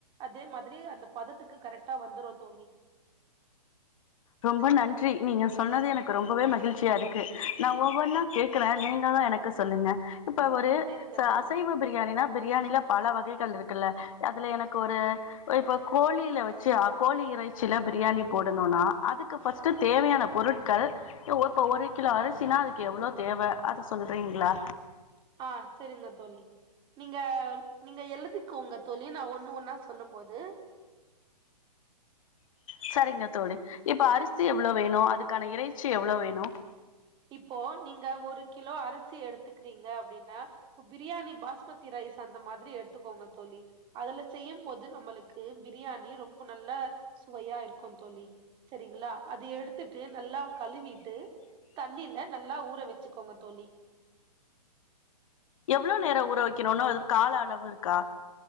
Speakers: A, on the right; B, on the left.
A: அதே மாதிரி அந்த பதத்துக்கு கரெக்டா வந்துரு தோழி
B: ரொம்ப நன்றி நீங்க சொன்னது எனக்கு ரொம்பவே மகிழ்ச்சியா இருக்கு நா ஒவ்வொன்னா கேக்குறே நீங்களு எனக் க்கு சொல்லுங்க இப்ப ஒரு
A: செரிங்க
B: சோ
A: தோழி
B: அசைவ பிரியாணின்னா பிரியாணில பல வகைகள் இருக்குல்ல அதுல எனக்கு ஒரு இப்ப கோழில வச்சு கோழி இறைச்சில பிரியாணி போடணுன்னா அதுக்கு ஃபர்ஸ்ட்டு தேவையான பொருட்கள் இப்ப ஒரு கிலோ அரிசினா அதுக்கு எவ்ளோ தேவை அத சொல்றீங்களா
A: அ சரிங்க தோழி நீங்க நீங்க எழுதிக்கோங்க தோழி நா ஒண்ணு ஒன்னா சொல்லும் போது
B: சரிங்க தோழி இப்ப அரிசி எவ்ளோ
A: இப்-
B: வேணு அதுக்கான இறைச்சி எவ்ளோ வேணு
A: இப்போ நீங்க ஒரு கிலோ அரிசி எடுத்துக்குறீங்க அப்டின்னா இப்ப பிரியாணி பாஸ்மதி ரைஸ் அந்த மாதிரி எடுத்துக்கோங்க தோழி அதுல செய்யும்போது நம்மளுக்கு பிரியாணி ரொம்ப நல்லா சுவையா இருக்கு தோழி சரிங்களா அது எடுத்துட்டு நல்லா கழுவிட்டு தண்ணில நல்லா ஊற வச்சுக்கோங்க தோழி
B: எவ்ளோ நேர ஊற வைக்கணுன்னு ஒரு கால அளவு இருக்கா